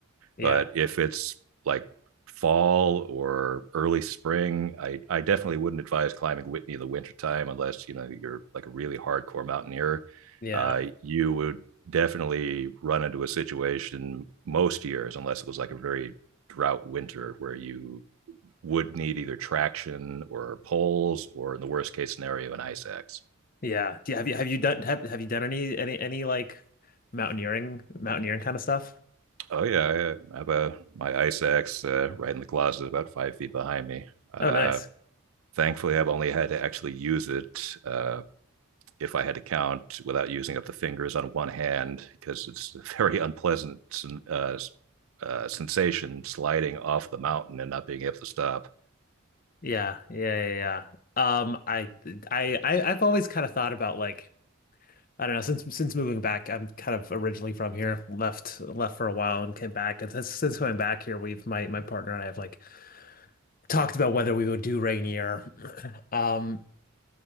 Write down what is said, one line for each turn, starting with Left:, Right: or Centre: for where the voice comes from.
Left: Yeah.
Right: But if it's like fall or early spring, I, I definitely wouldn't advise climbing Whitney in the wintertime unless, you know, you're like a really hardcore mountaineer.
Left: Yeah.
Right: Uh, you would definitely run into a situation most years, unless it was like a very drought winter where you would need either traction or poles or in the worst case scenario, an ice axe.
Left: Yeah. Do you, have you have you done have, have you done any any any like mountaineering mountaineering kind of stuff?
Right: Oh yeah, I have a my ice axe uh, right in the closet, about five feet behind me. Uh,
Left: Oh, nice.
Right: Thankfully, I've only had to actually use it uh, if I had to count without using up the fingers on one hand, because it's a <laughs> very unpleasant uh, uh, sensation sliding off the mountain and not being able to stop.
Left: Yeah, yeah, yeah, yeah. Um, I, I, I, I've always kind of thought about like I don't know since since moving back. I'm kind of originally from here, left left for a while and came back. And since since coming back here, we've my my partner and I have like talked about whether we would do rain year. <clears throat> <laughs> Um,